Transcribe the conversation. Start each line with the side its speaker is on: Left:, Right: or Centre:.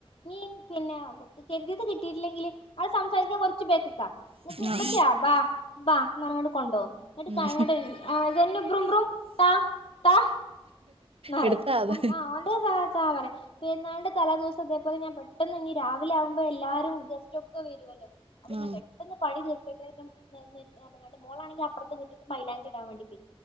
Left: ഇനി പിന്നെ കുത്തിക്കേറ്റിയത് കിട്ടിയിട്ടില്ലെങ്കിൽ അഹ് സംസാരിക്കാൻ കൊ ച്ച് ബേക്ക്ക്കാ ഇന്നട്ട് ഉമ്മച്ചിയെ
Right: ആ ആ
Left: ബാ ബാ നമ്മള് കൊണ്ടോവും ഇങ്ങട്ട്
Right: ഉം
Left: തലങ്ങോണ്ട്‌ സെന്നു ബ്രുംബ്രും താ താ ന്ന്
Right: എടുത്താ അത്
Left: ആ ഓന്റെ <unintelligible> പെരുന്നാളിന്റെ തലേ ദിവസം ഇതേപോലെ ഞാൻ പെട്ടെന്ന് ഇഞ് രാവിലെ ആകുമ്പോ എല്ലാരും ഗസ്റ്റ് ഒക്കെ വരോല്ലോ അപ്പൊ
Right: ആഹ്
Left: ഞാൻ പെട്ടെന്ന് പണി തീർക്കട്ടെ <unintelligible> <inaudible> മോളണെങ്കിൽ അപ്പുറത്തെ വീട്ടിക്ക് മൈലാഞ്ചിടാൻ വേണ്ടി പോയി